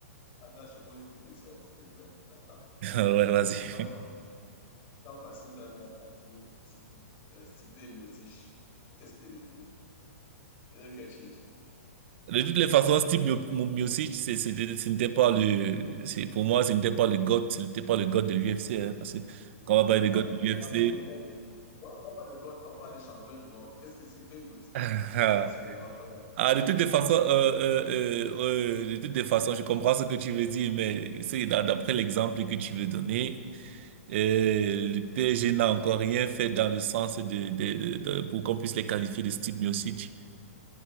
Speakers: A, on the left; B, on the right.
A: attends, je pose une question, s'il te plaît. Attends.
B: Ouais, vas-y.
A: Quand, Fra- quand Francine Gano a battu Sti- euh, Stipe Miocic, qu'est-ce qu'il est devenu? Il a eu quel titre?
B: De toutes les façons, Steve Mio- Mio- Miocic, c'est- c'était- ce n'était pas le, c'est, pour moi, ce n'était pas le god, ce n'était pas le god de l'UFC, hein, parce que quand on va parler
A: Non,
B: de god de l'UFC,
A: on ne parle pas de GOAT. On ne parle pas de GOAT, on parle de champion du monde. Qu'est-ce que Stipe Miocic
B: ah,
A: était à ce moment quand
B: <laughs>
A: Non,
B: ah, de toutes les façons, euh, euh, euh, euh, de toutes les façons, je comprends ce que tu veux dire, mais c'est d'a- d'après l'exemple que tu veux donner, euh, le PSG n'a encore rien fait dans le sens de, de, de- pour qu'on puisse les qualifier de Steve Miocic.